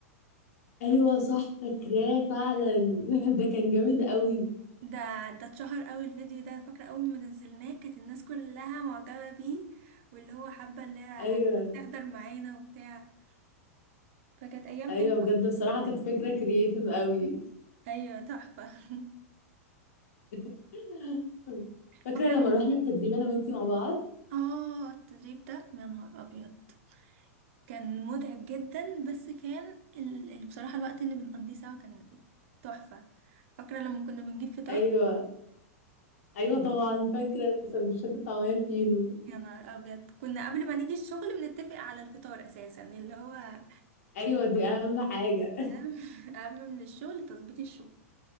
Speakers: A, on the left (about 70°); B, on the right (about 60°).
A: أيوة صح فاكراه فعلا <laughs> ده كان جامد قوي
B: ده ده اتشهر قوي الفيديو ده فاكره اول ما نزلناه كانت الناس كلها معجبه بيه واللي هو حابه اللي هي
A: أيوة
B: تحضر معانا وبتاع فكانت ايام
A: أيوة
B: حلوه
A: بجد بصراحة كانت فكرة كرييتيف قوي
B: ايوه تحفه <laughs>
A: <laughs> فاكرة
B: فاكره
A: لما
B: لما
A: روحنا التدريب أنا وإنتي مع بعض
B: اه التدريب ده يا نهار ابيض كان متعب جدا بس كان ال... ال- بصراحة الوقت اللي بنقضيه سوا كان تحفة فاكرة لما كنا بنجيب فطار
A: أيوة ايوه طبعا فاكره سندوتشات الطعميه الفينو
B: يا نهار ابيض كنا قبل ما نيجي الشغل بنتفق على الفطار اساسا اللي هو
A: ايوه دي اهم حاجه
B: اهم <laughs> اهم من الشغل تظبيط الشغل